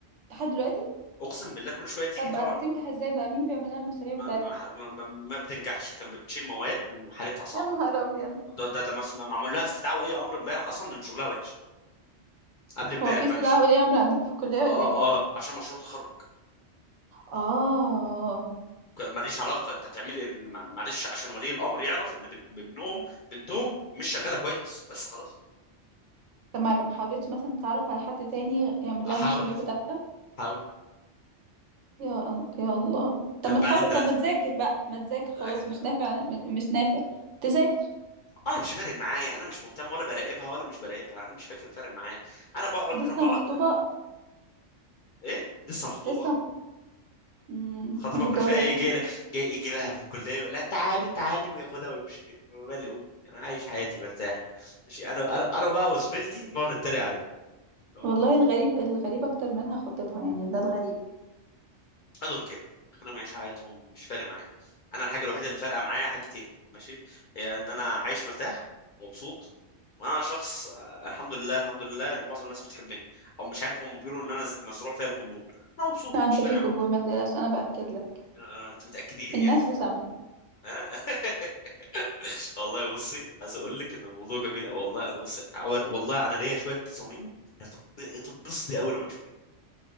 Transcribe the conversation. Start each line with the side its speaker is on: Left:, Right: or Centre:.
Right: لحد دلوقتي
Left: اقسم بالله كل شويه تيجي
Right: طب
Left: تقعد
Right: بقى بتنجح ازاي بقى مين بيعمل لها المشاريع بتاعتها
Left: ما, ما, ما, ما ما بتنجحش كان بتشيل مواد وحالتها صعبه
Right: يا نهار ابيض
Left: ده ده, ده مس- معمول لها استدعاء ولي امر امبارح اصلا ان شغلها وحش قبل امبارح
Right: هو في استدعاء
Left: معلش
Right: ولي امر عندكم في الكليه
Left: اه
Right: ولا ايه
Left: اه عشان مشروع تخرج
Right: اه
Left: كان ماليش علاقه انت تعملي ال- مع- معلش عشان ولي الامر يعرف ان بن- ابنهم بنتهم مش شغاله كويس بس خلاص
Right: طب ما ما حاولتش مثلا تتعرف على حد تاني يعمل لها
Left: حاولت
Right: المشاريع بتاعتها
Left: حاولت
Right: يا يا الله طب
Left: كان
Right: ما
Left: بعد
Right: تحاول
Left: ثلاثه
Right: طب ما تذاكر بقى ما تذاكر خلاص
Left: كده.
Right: مش نافع مش نافع تذاكر
Left: انا مش فارق معايا انا مش مهتم ولا براقبها ولا مش براقبها انا مش فاكر فارق معايا انا بقعد
Right: لسه
Left: انا بقعد
Right: مخطوبه
Left: ايه لسه مخطوبه
Right: لسه
Left: اه
Right: مم،
Left: خطيبها
Right: ما تتجوز
Left: كل شويه ايه
Right: اخلي
Left: جاي جاي يجي لها في الكليه يقول لها تعالي تعالي وياخدها ويمشي إيه، مالي امي انا عايش حياتي مرتاح ماشي انا انا انا بقى وزميلتي بنقعد نتريق عليه اللي
Right: والله
Left: هو
Right: الغريب الغريب اكتر منها خطيبها يعني ده الغريب
Left: I don't care خليهم يعيشوا حياتهم مش فارق معايا انا الحاجه الوحيده اللي فارقه معايا حاجتين ماشي هي ان انا عايش مرتاح ومبسوط وانا شخص آه، الحمد لله الحمد لله إن معظم الناس بتحبني او مش عارف هم بيقولوا ان انا ز- مزروع فيا القبول انا مبسوط
Right: لا
Left: مش
Right: انت
Left: فارق
Right: فيك
Left: معايا.
Right: قبول ما تقلقش انا باكد لك
Left: آه، انت متاكدي لي
Right: الناس
Left: يعني
Right: وسامه
Left: آه؟ <laughs> <laughs> والله بصي عايز اقول لك ان الموضوع جميل أوي والله انا بصي أور- والله انا ليا شويه تصاميم هتب- هتتبسطي قوي لما تشوفيه